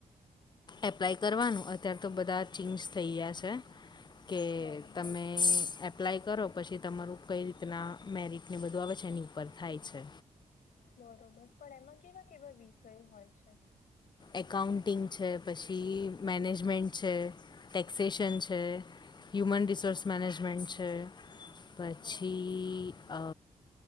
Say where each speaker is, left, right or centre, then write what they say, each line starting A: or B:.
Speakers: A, on the left; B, on the left.
A: એપ્લાય કરવાનું અત્યાર તો બધા ચેન્જશ થઈ ગયા છે. <inaudible> કે
B: બરોબર
A: તમે એપ્લાય કરો પસી તમારું કઈ રીતના મેરિટને બધું આવે છે એની ઉપર થાય છે.
B: બરોબર પણ એમાં કેવા કેવા વિષય હોય છે.
A: એકાઉન્ટિંગ છે પછી મેનેજમેન્ટ છે ટેક્સેેશન છે. હ્યુમન રિસોર્સ મેનેજમેન્ટ છે પછી
B: બરોબર
A: અ